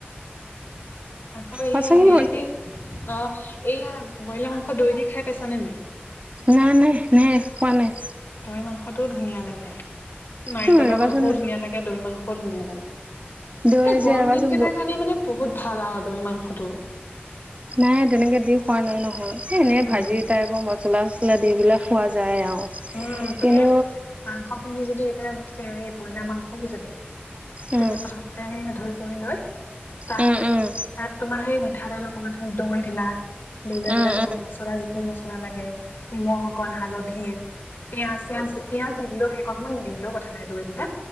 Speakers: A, on the left; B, on the right.
A: আাকয়
B: সঁচাকে
A: হেই
B: কৈছো
A: দে অ এইয়া ব্ৰইলাৰ মাংস দৈ দি খাই পাইছ নে নাই
B: নাই নাই নাই কোৱা নাই
A: দৈ মাংসটোও ধুনীয়া লাগে নাৰিকলৰ
B: উম ৰবাচোন
A: মাংসও ধুনীয়া লাগে দৈ মাংসও ধুনীয়া লাগে এয়া
B: দৈ যে
A: গৰম
B: ৰবাচোন
A: দিন কেইটাৰ কাৰণে মানে বহুত ভাল আৰু দৈ মাংসটো
B: নাই তেনেকে দি খোৱা নাই নহয় এ এনে
A: উম
B: ভাজি এটাই বৰ ম পচলা চচলা দিিবিলাক খোৱা যায় আৰু
A: উম তুমি
B: কিন্তু
A: মাংস খিনি যদি এতিয়া বইলাৰ মাংসও যদি
B: উম
A: তুমি প্ৰথমতে সেই ধুই কৰিু লৈ তাত
B: উম উম
A: তাত তোমাৰ সেই িঠাৰে অকমান ধ দৈ দিলা দিৈ লৈ
B: উম
A: পেলাই তোমাৰ
B: উম
A: মচলা যিখিনি মচলা লাগে নিমখ অকন হালধি পিয়ঁয়াজ চিয়াজ পিিয়য়াজ নিদিলে সেইেকমান নিদিলেও কথা নাই দৌৰি দিলে